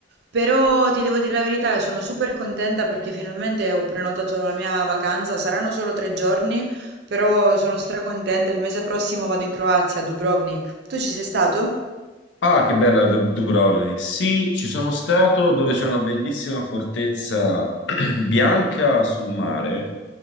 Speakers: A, on the right (about 65°); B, on the left (about 75°).
A: Però ti devo dire la verità, sono super contenta perché finalmente ho prenotato la mia vacanza, saranno solo tre giorni, però sono stracontenta, il mese prossimo vado in Croazia, a Dubrovnik. Tu ci sei stato?
B: Ah, che bella Dub- Dubrovnik. Sì, ci sono stato dove c'è una bellissima fortezza <clears throat> bianca sul mare.